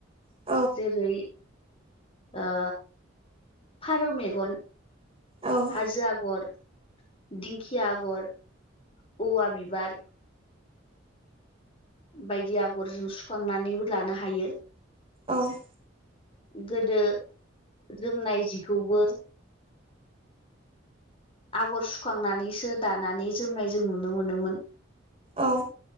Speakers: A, on the right; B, on the left.
A: औ
B: जेरै आ फारौ मेगन
A: औ औ
B: हाजो आगर दिंखिया आगर औव बिबार बायदि आगर जों सुखांनानैबो लानो हायो।
A: औ
B: गोदो जोमनाय जिखौबो आगर सुखांनानैसो दानानै जोमनाय जों नुनो मोनोमोन।
A: औ